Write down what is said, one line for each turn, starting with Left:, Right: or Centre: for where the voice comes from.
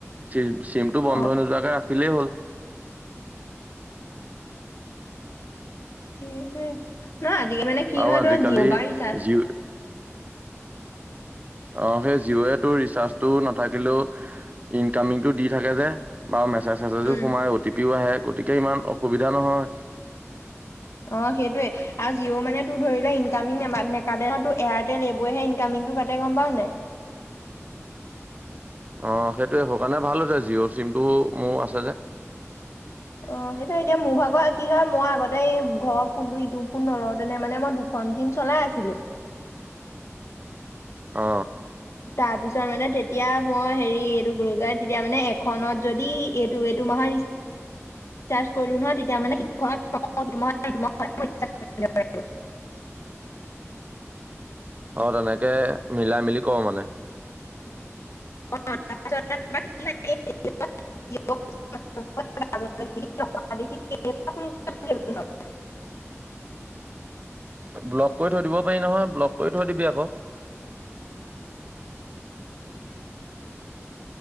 Right: চি চিমতটো বন্ধ
Left: অ
Right: হৈ নোযোৱাকে ৰাখিলেই হ'ল।
Left: সেইটোৱে। নহ আজিকালি মানে কি
Right: আৰু
Left: হয়
Right: আজিকালি
Left: তোৰ ম'বাইল চাৰ্জ
Right: জিঅ' অ সেই জিওত। তোৰ ৰিচাৰ্ছটো নাথাকিলো ইনকামিং দি থাকে যে বাও মেছেজটো।
Left: উম
Right: ও সোমাই অ টি পিও আহে গতিকে ইমান অসুবিধা নহয়।
Left: অ' সেইটয়ে। আৰু জিঅ' মানে তোৰ ধৰি ল' ইনকামিংটো নাকাতে এয়াৰটেল এইবোৰেহে ইনকামিংটো কাটে গম পাৱ নে?
Right: অ' সেইটোৱে সেই কাৰণে ভাল হৈছে জিঅ' চিমটো মোৰ আছে যে।
Left: অ' সেইটো এতিয়া মোৰ ভাগৰ কি হয় মই আগতে এই ঘৰ ফৈনটো ইটো ফোন নলওঁ তেনে মানে মই দু খন চিম চলাই আছিলোঁ।
Right: অ।
Left: তাৰপিছত মানে তেতিয়া মই হেৰি এইটো কি বুলি কয় তেতিয়া মানে এখনত যদি এইটো এইটো মাহৰ ৰি
Right: <unintelligible>
Left: <unintelligible>
Right: অ' তেনেকে মিলাই মিলি কৰ মানে।
Left: <unintelligible> <unintelligible>
Right: <unintelligible> ব্লক কৰি থৈ দিব পাৰি নহয় ব্লক কৰি থৈ দিবি আকৌ।